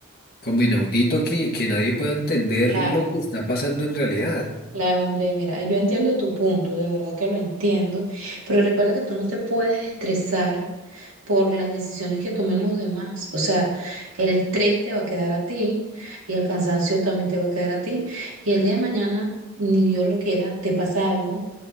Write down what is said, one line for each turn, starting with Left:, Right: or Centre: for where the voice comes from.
Left: como inaudito que, que nadie pueda entender
Right: Claro,
Left: lo que está pasando en realidad.
Right: Claro, André, mira, yo entiendo tu punto, de verdad que lo entiendo, pero recuerda que tú no te puedes estresar por las decisiones que tomen los demás. O sea, el estrés te va a quedar a ti y el cansancio también te va a quedar a ti. Y el día de mañana, ni Dios lo quiera, te pasa algo,